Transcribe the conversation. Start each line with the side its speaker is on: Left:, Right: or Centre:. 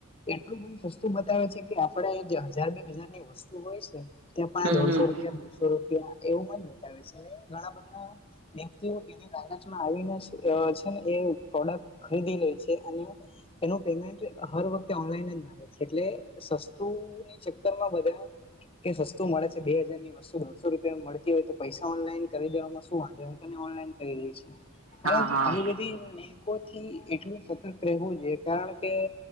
Left: એટલું બધું સસ્તું બતાવે છે કે આપડે હજાર બે હજાર ની વસ્ તું હોય છે ત્યાં પણ
Right: હમ
Left: આ દોઢસો
Right: હમ
Left: કે બોસો રૂપિયા એવું મ જ બતાવે છે ને ઘણા બધા વ્યક્તિઓ એની લાલચમાં આવીને અહ છેને એ પ્રોડક્ટ ખરીદી લે છે અને એનું પેમેન્ટ હર વખતે ઓનલાઈન અજ આવે છે એટલે સસ્તુંની ચક્કરમાં બધા કે સસ્તું મળે છે, બે હજાર ની બસો દોઢસો રૂપિયા મળતી હોય તો પૈસા ઓનલાઈન કરી દેવાવામાં શું વાંધો એમને ઓનલાઈન કરી દે છે. પરંતુ
Right: હા હા
Left: આવી બધી લિંકકો થી એટલું સતર્ક રહેવું જોઈએ કારણ કે